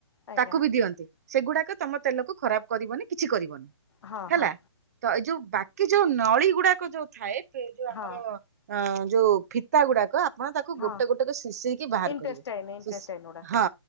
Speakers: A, on the left; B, on the right.
A: ଆଜ୍ଞା
B: ତାକୁ ବି ଦିଅନ୍ତି ସେଗୁଡାକ ତମ ତେଲକୁ ଖରାପ କରିବନି କିଛି କରିବନି
A: ହଁ
B: ହେଲା।
A: ହଁ
B: ତ ଏଇ ଯୋଉ ବାକି ଯୋଉ ନଳୀଗୁଡାକ ଯୋ ଥାଏ ଯୋଉ ଆମର
A: ହଁ
B: ଅ ଯୋ ଫିତା ଗୁଡାକ ଆପଣ ତାକୁ
A: ହଁ
B: ଗୋଟେ ଗୋଟେ କ ଶିଶେଇକି ବାହାର
A: ଇଣ୍ଟେଷ୍ଟାଇନ୍
B: କରିବେ
A: ଇଣ୍ଟେଷ୍ଟାଇନ୍
B: ଶିଶ
A: ଗୁଡା
B: ହିଁ